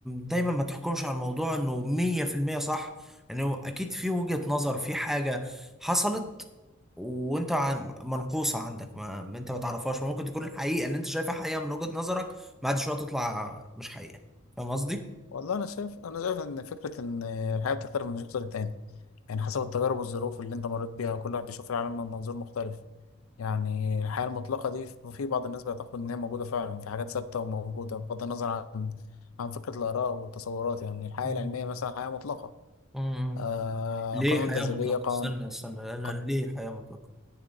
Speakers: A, in the centre; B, on the left.
A: دايما ما تحكمش على الموضوع انه مية في المية صح انه اكيد في وجهة نظر في حاجة حصلت وانت عن- منقوصة عندك ما انت ما تعرفهاش ممكن تكون الحقيقة اللي انت شايفها حقيقة من وجهة نظرك بعد شوية تطلع مش حقيقة فاهم قصدي؟
B: والله انا شايف انا شايف ان فكره ان الحياه بتختلف من شخص للتاني يعني حسب التجارب والظروف اللي انت مريت بيها كل واحد بيشوف العالم من منظور مختلف يعني الحياه المطلقه دي في بعض الناس بيعتقدوا ان هي موجوده فعلا في حاجات ثابته وموجوده بغض النظر عن عن فكره الاراء والتصورات يعني الحياه
A: مم.
B: العلميه مثلا حياه مطلقه
A: مم.
B: آه
A: ليه
B: قانون
A: حياة
B: الجاذبيه
A: مطلقة؟
B: قانون
A: استنى استنى لأن
B: ق-
A: ليه حياة مطلقة؟